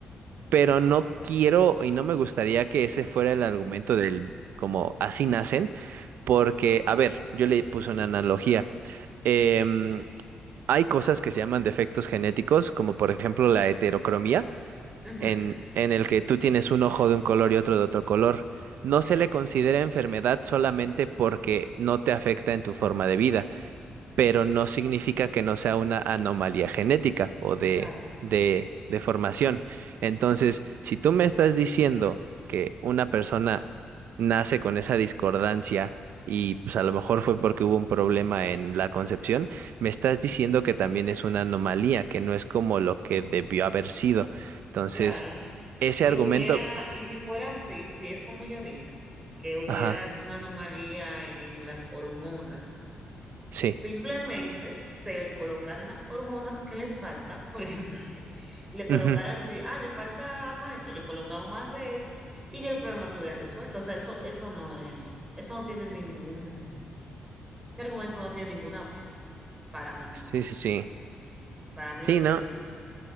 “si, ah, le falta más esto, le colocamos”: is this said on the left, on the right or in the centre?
Right